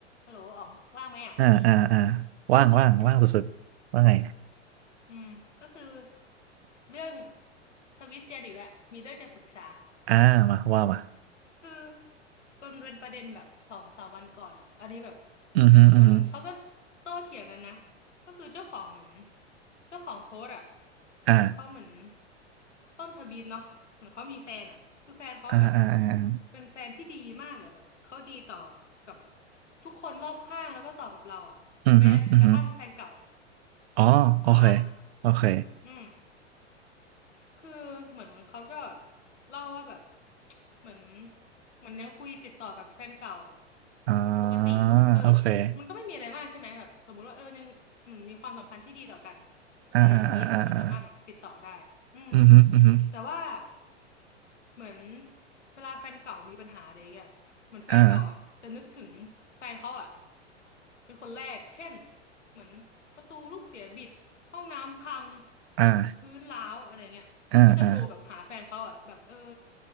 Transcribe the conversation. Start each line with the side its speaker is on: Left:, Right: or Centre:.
Left: ฮัลโหลอ๋องว่างไหมอ่ะตอนนี้
Right: อ่าอ่าอ่าว่างว่างว่างสุดๆว่าไง
Left: อืมก็คือ เรื่องทวิตเตียนอีกแล้ว มีเรื่องจะปรึกษา
Right: อ่ามาว่ามา
Left: คือมันเป็นประเด็นแบบสองสามวันก่อนอ่ะอันนี้แบบ
Right: อือฮึอือฮึ
Left: เหมือนเขาก็โต้เถียงกันนะก็คือเจ้าของเหมือนเจ้าของโพสต์อ่ะ
Right: อ่า
Left: เขาเหมือนต้นทวีตเนาะเหมือนเขามีแฟนอ่ะคือแฟนเขาแบบ
Right: อ่าอ่าอ่าอา
Left: เป็นแฟนที่ดีมากอ่ะแบบเขาดีต่อกับทุกคนรอบข้างแล้วก็ต่อกับเราอ่ะแม้กระทั่งแฟนเก่า
Right: อือฮึอือฮึอ๋อโอเค
Left: อ่า
Right: โอเค
Left: อืม คือเหมือนเขาก็เล่าว่าแบบ <tsk> เหมือนเหมือนยังคุยติดต่อกับแฟนเก่า
Right: อ่า
Left: ปกติเออ
Right: โอเค
Left: มันก็ไม่มีอะไรมากใช่ไหมแบบสมมุติว่าเออยังเหมือนมีความสัมพันธ์ที่ดีต่อกัน
Right: อ่าอ่าอ่าอ่าอ่า
Left: อะไรอย่างนี้ก็สามารถแบบติดต่อได้อืม
Right: อือฮึอือฮึ
Left: แต่ว่าเหมือนเวลาแฟนเก่ามีปัญหาอะไรอย่างเงี้ยเหมือนแฟนเก่าอ่ะจะนึกถึงแฟนเขาอ่ะ
Right: อ่า
Left: เป็นคนแรกเช่นเหมือนประตูลูกเสียบิดห้องน้ำพัง
Right: อ่า
Left: พื้นร้าวอะไรเงี้ย
Right: อ่าอ่า
Left: ก็จะโทรแบบหาแฟนเขาอ่ะแบบเออ